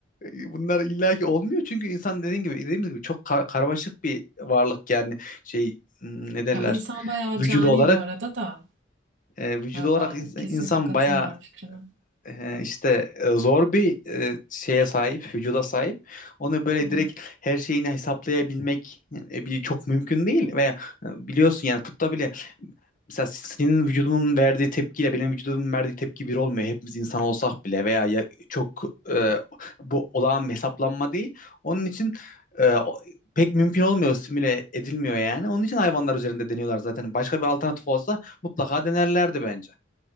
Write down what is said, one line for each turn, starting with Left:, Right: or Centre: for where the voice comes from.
Left: Bunlar illaki olmuyor çünkü insan dediğin gibi dediğimiz gibi çok ka- karmaşık bir varlık yani şey hmm, ne derler
Right: Ya insan bayağı
Left: vücudu
Right: cani
Left: olarak
Right: bu arada da.
Left: e, vücudu
Right: Ya
Left: olarak
Right: ben
Left: insan,
Right: kesinlikle
Left: insan
Right: katılmıyorum
Left: bayağı
Right: fikrine.
Left: e, işte e, zor bir e, şeye sahip vücuda sahip onu böyle
Right: Hı.
Left: direkt her şeyini hesaplayabilmek yani, e, bir çok mümkün değil ve e, biliyorsun yani tıpta bile mesela senin vücudunun verdiği tepkiyle benim vücudumun verdiği tepki bir olmuyor. Hepimiz insan olsak bile veya ya- çok e, bu olağan bir hesaplanma değil. Onun için e, o- pek mümkün olmuyor, simüle edilmiyor yani. Onun için hayvanlar üzerinde deniyorlar zaten. Başka bir alternatif olsa mutlaka denerlerdi bence.